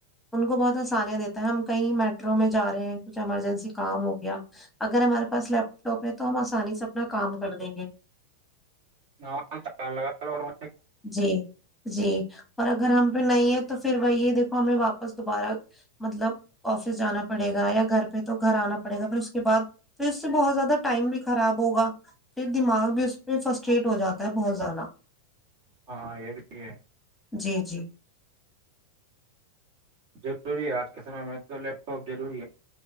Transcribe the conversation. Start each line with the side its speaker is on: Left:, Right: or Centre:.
Centre: ان کو بہت آسانیاں دیتا ہے ہم کہیں میٹرو میں جا رہے ہیں کچھ ایمرجنسی کام ہو گیا اگر ہمارے پاس لیپ ٹاپ ہے تو ہم آسانی سے اپنا کام کر دیں گے
Right: گ <unintelligible>
Centre: جی جی اور اگر ہم پہ نہیں ہے تو پھر وہی یہ دیکھو ہمیں واپس دوبارہ مطلب آفس جانا پڑے گا یا گھر پہ تو گھر آنا پڑے گا پھر اس کے بعد پھر اس سے بہت زیادہ ٹائم بھی خراب ہوگا پھر دماغ بھی اس پہ فسٹریٹ ہو جاتا ہے بہت زیادہ
Right: ہاں یہ رہ ہے
Centre: جی جی
Right: ضروری ہے آج کے سمے میں تو لیپ ٹاپ ضروری ہے